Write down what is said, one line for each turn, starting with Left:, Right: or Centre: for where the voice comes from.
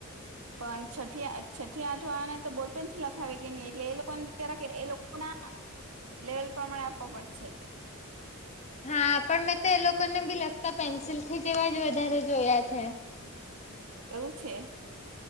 Right: પણ છથી છઠી આઠ વાળા ને તો બોલપેનથી લખાવે કે ની એટલે એ લોકોને જરાક એ લોકોના લેવલ પ્રમાણે આપવા પડશે.
Left: હા પણ મેં તો એ લોકોને બી લખતા પેન્સિલથી જેવા જ વધારે જોયા છે.
Right: એવું છે.